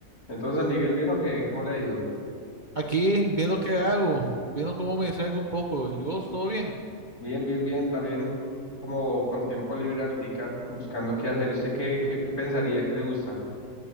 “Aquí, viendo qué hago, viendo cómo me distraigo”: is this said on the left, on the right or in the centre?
Right